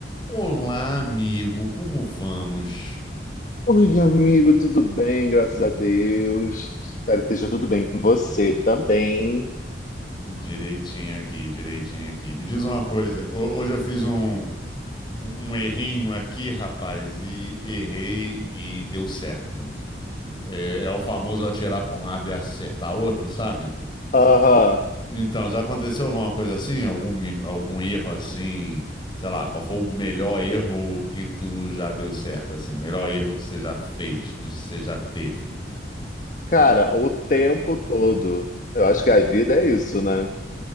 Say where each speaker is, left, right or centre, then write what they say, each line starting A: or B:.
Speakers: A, on the left (about 25°); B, on the left (about 45°).
A: Olá, amigo, como vamos?
B: Oi, amigo, tudo bem? Graças a Deus. Espero que esteja tudo bem com você também.
A: Direitinho aqui, direitinho aqui. Me diz uma coisa, ho- hoje eu fiz um, um, um errinho aqui, rapaz, e errei e deu certo. Um- É, é o famoso atirar para um lado e acertar outro, sabe?
B: Aham.
A: Então, já aconteceu alguma coisa assim? Algum, mi- algum erro assim? Sei lá, qual foi o melhor erro que tu já deu certo, assim? Melhor erro que você já fez, que você já teve?
B: Cara, o tempo todo. Eu acho que a vida é isso, né?